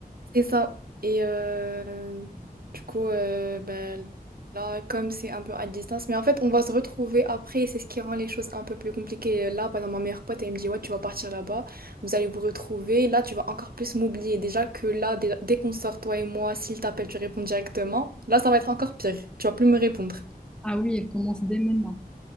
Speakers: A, on the right; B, in the centre.
A: C'est ça. Et euh, du coup, euh, ben, là, comme c'est un peu à distance, mais en fait, on va se retrouver après, et c'est ce qui rend les choses un peu plus compliquées. Là, pendant ma meilleure pote, elle me dit, ouais, tu vas partir là-bas, vous allez vous retrouver, là, tu vas encore plus m'oublier. Déjà que là, dès, dès qu'on sort, toi et moi, s'il t'appelle, tu réponds directement. Là, ça va être encore pire. Tu vas plus me répondre.
B: Ah oui, elle commence dès maintenant.